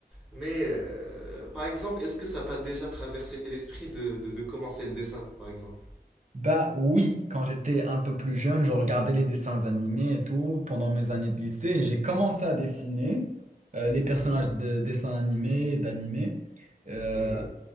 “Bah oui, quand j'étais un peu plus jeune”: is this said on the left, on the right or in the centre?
Right